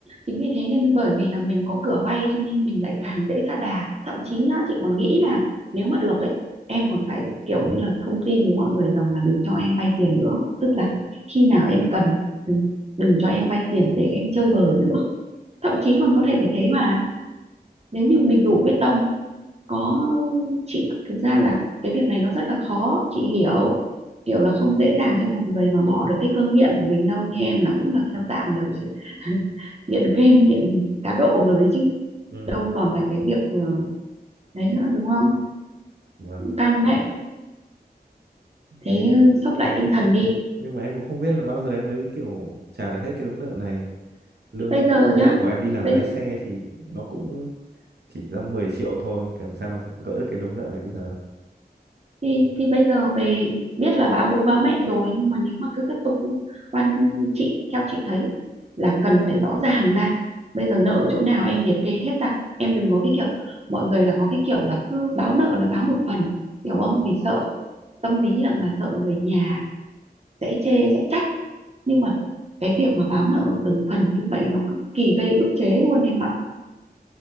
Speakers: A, on the right; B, on the right.
A: chính vì thế nên bởi vì là mình có cửa vay cho nên mình lại càng dễ sa đà. Thậm chí nhá, chị còn nghĩ là nếu mà được ấy, em còn phải kiểu như là thông tin với mọi người rằng là đừng cho em vay tiền nữa. Tức là khi nào em cần, đừng, đừng cho em vay tiền để em chơi bời nữa. Thậm chí còn có thể phải thế mà. Nếu như mình đủ quyết tâm có chị thực ra là cái việc này nó rất là khó chị hiểu hiểu là không dễ dàng cho một người mà bỏ được cái cơn nghiện của mình đâu như em là cũng là theo dạng là <laughs> nghiện game nghiện cá độ rồi ấy chứ
B: ừ.
A: đâu còn là cái việc ờ, đấy nữa đúng không
B: wow
A: căng đấy thế
B: thế
A: ờ, sốc
B: em
A: lại tinh thần đi
B: nhưng mà em cũng không biết là bao giờ em mới kiểu trả được hết cái đống nợ này lương
A: bây giờ
B: lương
A: chứ
B: của em đi làm
A: bây
B: lái xe thì nó cũng chỉ ra 10 triệu thôi làm sao mà gỡ được cái đống nợ này bây giờ
A: thì thì bây giờ về biết là báo bố báo mẹ rồi nhưng mà nếu mà cứ tiếp tục ý, quan chị theo chị thấy là cần phải rõ ràng ra bây giờ nợ ở chỗ nào em liệt kê hết ra em đừng có cái kiểu mọi người là có cái kiểu là cứ báo nợ là báo một phần hiểu không vì sợ tâm lý rằng là sợ người nhà sẽ chê sẽ trách nhưng mà cái việc mà báo nợ từng phần như vậy nó cực kỳ gây ức chế luôn em ạ